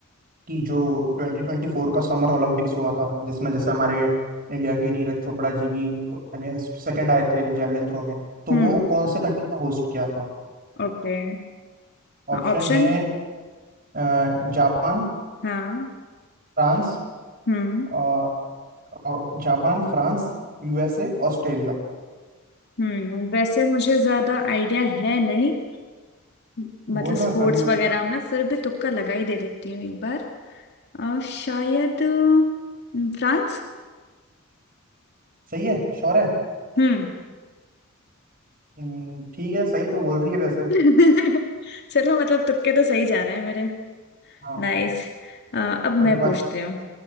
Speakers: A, on the right; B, on the left.
A: कि जो 2024 का समर ओलंपिक्स हुआ था जिसमें जैसे हमारे इंडिया के नीरज चोपड़ा जी भी सेकंड आए थे जेवलिन थ्रो में तो
B: हम्म
A: वो कौन से कंट्री का होस्ट किया था
B: ओके
A: ऑप्शन
B: ऑप्शन
A: है अ, जापान
B: हाँ option? हाँ,
A: फ्रांस
B: हम्म
A: और, और जापान फ्रांस यूएसए ऑस्ट्रेलिया
B: हम्म वैसे मुझे ज्यादा आइडिया है नहीं मतलब
A: बोलना
B: स्पोर्ट्स
A: कभी
B: वगैरह में फिर भी तुक्का लगा ही दे देती हूँ एक बार आ, शायद अ, फ्रांस
A: सही है श्योर है
B: हम्म
A: हम्म, ठीक है सही तो बोल रही है वैसे
B: <laughs> चलो मतलब तुक्के तो सही जा रहे हैं मेरे
A: हाँ
B: नाइस अब
A: अभी
B: मैं पूछती
A: वन
B: हूँ